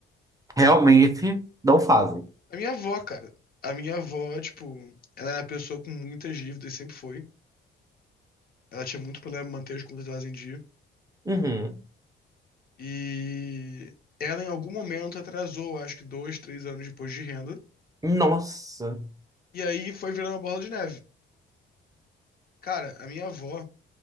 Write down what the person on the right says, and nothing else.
realmente não fazem.
Uhum.
Nossa.